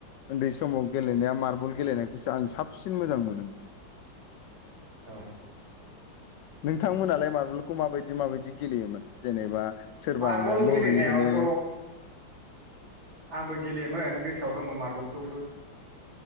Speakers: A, on the left; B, on the right.
A: उन्दै समाव गेलेनाया मार्बल गेलेनायखौसो आं साबसिन मोजां मोनोमोन
B: अ
A: नोंथांमोनालाय मारबलखौ माबायदि माबायदि गेलेयोमोन जेनेबा सोरबानिया
B: मार्बल
A: लरि
B: गेलेनायावथ'
A: होनो
B: आंबो गेलेयोमोन गोसोआव दङ मार्बलखौबो